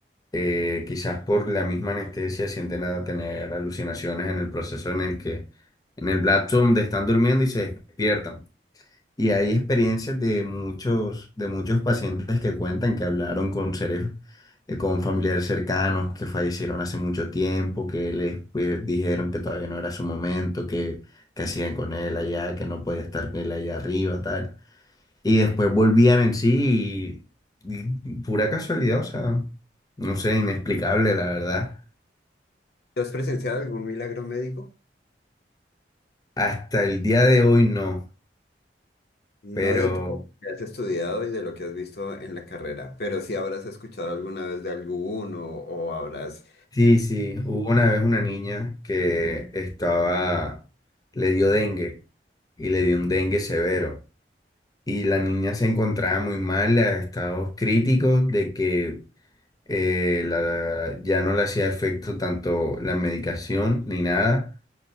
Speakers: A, on the left; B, on the left.
A: eh, quizás por la misma anestesia sienten a tener alucinaciones en el proceso en el que, en el lapso donde están durmiendo y se despiertan. Y hay experiencias de muchos, de muchos pacientes que cuentan que hablaron con seres, eh, con familiares cercanos que fallecieron hace mucho tiempo, que les pues, dijeron que todavía no era su momento, que, que hacían con él allá, que no podía estar con él allá arriba, tal. Y después volvían en sí y, y pura casualidad, o sea, no sé, inexplicable, la verdad.
B: ¿Tú has presenciado algún milagro médico?
A: Hasta el día de hoy no,
B: No
A: pero...
B: dentro de lo que has estudiado y de lo que has visto en la carrera, pero sí habrás escuchado alguna vez de alguno o habrás...
A: Sí, sí, hubo una vez una niña que estaba, le dio dengue y le dio un dengue severo. Y la niña se encontraba muy mal, a estados críticos de que eh, la- ya no le hacía efecto tanto la medicación ni nada.